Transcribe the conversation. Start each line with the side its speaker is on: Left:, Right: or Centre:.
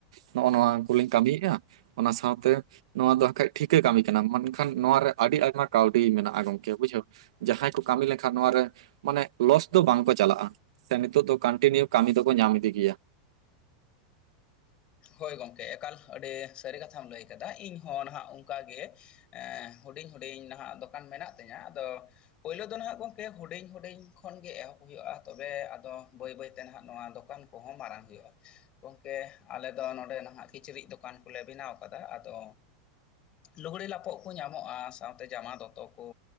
Right: ᱱᱚᱜᱼᱚ ᱱᱚᱣᱟ ᱠᱚᱞᱤᱧ ᱠᱟᱹᱢᱤᱭᱮᱜᱼᱟ ᱚᱱᱟ ᱥᱟᱶᱛᱮ ᱱᱚᱣᱟ ᱫᱚ ᱦᱟᱠᱷᱟᱡ ᱴᱷᱤᱠᱟᱹ ᱠᱟᱹᱢᱤ ᱠᱟᱱᱟ ᱢᱮᱱᱠᱷᱟᱱ ᱱᱚᱣᱟ ᱨᱮ ᱟᱹᱰᱤ ᱟᱭᱢᱟ ᱠᱟᱹᱣᱰᱤ ᱢᱮᱱᱟᱜᱼᱟ ᱜᱚᱢᱠᱮ ᱵᱩᱡᱷᱟᱹᱣ ᱡᱟᱦᱟᱸᱭ ᱠᱚ ᱠᱟᱹᱢᱤ ᱞᱮᱠᱷᱟᱱ ᱱᱚᱣᱟᱨᱮ ᱢᱟᱱᱮ ᱞᱚᱥ ᱫᱚ ᱵᱟᱝ ᱠᱚ ᱪᱟᱞᱟᱜᱼᱟ᱾ ᱥᱮ ᱱᱤᱛᱚᱜ ᱫᱚ ᱠᱟᱱᱴᱤᱱᱤᱭᱩ ᱠᱟᱹᱢᱤ ᱫᱚᱠᱚ ᱧᱟᱢ ᱤᱫᱤ ᱜᱮᱭᱟ
Left: ᱦᱳᱭ ᱜᱚᱢᱠᱮ ᱮᱠᱟᱞ ᱟᱹᱰᱤ ᱥᱟᱹᱨᱤ ᱠᱟᱛᱷᱟᱢ ᱞᱟᱹᱭ ᱟᱠᱟᱫᱟ ᱤᱧᱦᱚᱸ ᱱᱟᱦᱟᱜ ᱚᱱᱠᱟ ᱜᱮ ᱮᱼ ᱦᱩᱰᱤᱧ ᱦᱩᱰᱤᱧ ᱱᱟᱦᱟᱜ ᱫᱚᱠᱟᱱ ᱢᱮᱱᱟᱜ ᱛᱤᱧᱟ ᱟᱫᱚ ᱯᱳᱭᱞᱳ ᱫᱚ ᱱᱟᱦᱟᱜ ᱜᱚᱝᱠᱮ ᱦᱩᱰᱤᱧ ᱦᱩᱰᱤᱧ ᱠᱷᱚᱱ ᱜᱮ ᱮᱦᱚᱵ ᱦᱩᱭᱩᱜᱼᱟ ᱛᱚᱵᱮ ᱟᱫᱚ ᱵᱟᱹᱭ ᱵᱟᱹᱭ ᱛᱮ ᱱᱟᱦᱟᱜ ᱱᱚᱣᱟ ᱫᱚᱠᱟᱱ ᱠᱚᱦᱚᱸ ᱢᱟᱨᱟᱝ ᱦᱩᱭᱩᱜᱼᱟ ᱜᱚᱢᱠᱮ, ᱟᱞᱮ ᱫᱚ ᱱᱚᱸᱰᱮ ᱱᱟᱦᱟᱜ ᱠᱤᱪᱨᱤᱡ ᱫᱚᱠᱟᱱ ᱠᱚᱞᱮ ᱵᱮᱱᱟᱣ ᱠᱟᱫᱟ ᱟᱫᱚ ᱞᱩᱜᱽᱲᱤ ᱞᱟᱯᱚᱜ ᱠᱚ ᱧᱟᱢᱚᱜᱼᱟ ᱥᱟᱶᱛᱮ ᱡᱟᱢᱟ ᱫᱚᱛᱚ ᱠᱚ,